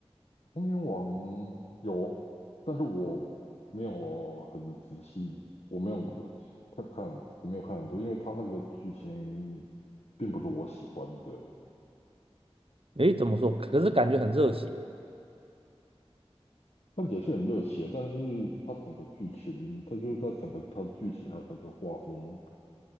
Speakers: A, on the left; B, on the right.
A: 童年王有，但是我没有很仔细，我没有看看，我没有看很多，因为他那个剧情并不是我喜欢的。
B: 诶，怎么说？可是感觉很热血。
A: 看起来是很热血，但是它整个剧情，它就是它整个它的剧情还有它的画风，